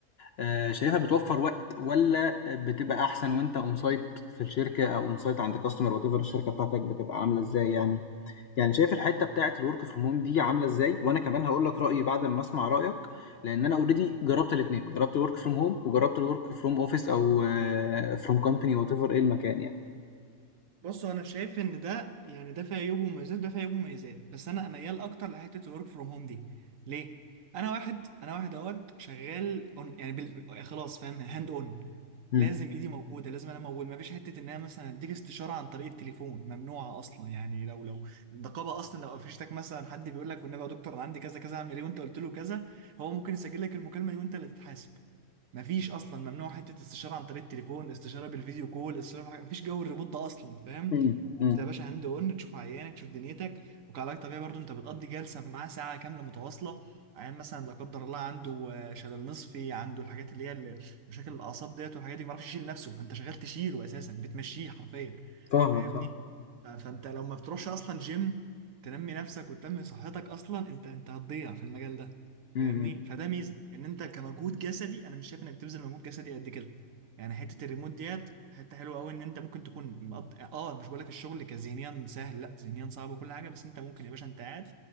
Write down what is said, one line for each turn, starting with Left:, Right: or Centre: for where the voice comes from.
Left: آه، شايفها بتوفر وقت ولا بتبقى احسن وانت اون سايت في الشركة او اون سايت عند كاستمر وات ايفر الشركة بتاعتك بتبقى عاملة ازاي يعني يعني شايف الحتة بتاعة الwork from home دي عاملة إزاي، وأنا كمان هاقول لك رأيي بعد أمّا أسمع رأيك، لإن أنا already جرّبت الاتنين، جرّبت الwork from home وجرّبت الwork from office أو آه، from company whatever إيه المكان يعني.
Right: بص انا شايف ان ده يعني ده فيه عيوب ومميزات ده فيه عيوب ومميزات بس انا ميال اكتر لحته الورك فروم هوم دي ليه انا واحد انا واحد اهوت شغال اون يعني بال... خلاص فاهم هاند اون
Left: إمم.
Right: لازم ايدي موجوده لازم انا موجود مفيش حته ان انا مثلا اديك استشاره عن طريق التليفون ممنوعه اصلا يعني لو لو النقابه اصلا لو قفشتك مثلا حد بيقول لك والنبي يا دكتور انا عندي كذا كذا اعمل ايه وانت قلت له كذا هو ممكن يسجل لك المكالمه دي وانت اللي تتحاسب مفيش اصلا ممنوع حته استشاره عن طريق التليفون استشاره بالفيديو كول استشاره بحاجة. مفيش جو الريموت ده اصلا فاهم
Left: إمم، إمم،
Right: انت يا باشا هاند اون تشوف عيانك تشوف دنيتك وكعلاج طبيعي برضو انت بتقضي جلسه معاه ساعه كامله متواصله عيان مثلا لا قدر الله عنده آه، شلل نصفي عنده الحاجات اللي هي ال- مشاكل الاعصاب ديت والحاجات دي ما بيعرفش يشيل نفسه فانت شغال تشيله اساسا بتمشيه حرفيا
Left: فاهمك
Right: فاهمني
Left: فاهمك.
Right: آه، فانت لو ما بتروحش اصلا جيم تنمي نفسك وتنمي صحتك اصلا انت انت هتضيع في المجال ده
Left: إمم،
Right: فاهمني
Left: إمم.
Right: فده ميزه ان انت كمجهود جسدي انا مش شايف انك بتبذل مجهود جسدي قد كده يعني حته الريموت ديت حته حلوه قوي ان انت ممكن تكون مقض... اه مش بقول لك الشغل كذهنيا سهل لا ذهنيا صعب وكل حاجه بس انت ممكن يا باشا انت قاعد